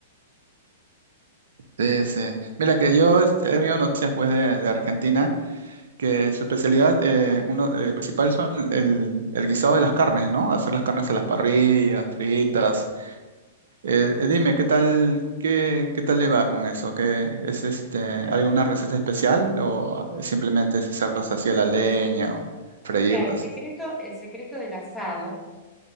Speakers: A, on the right; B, in the centre.
A: sí, sí. Mira que yo este, he tenido noticias pues de, de Argentina. que su especialidad eh, uno, eh, principal son el, el guisado de las carnes, ¿no? Hacer las carnes a las parrillas, fritas. Eh, eh, dime, ¿qué tal, qué, qué tal le va con eso? ¿Qué es este, alguna receta especial o ah, simplemente es hacerlas así a la leña o freírlas?
B: Mira, el secreto, el secreto del asado,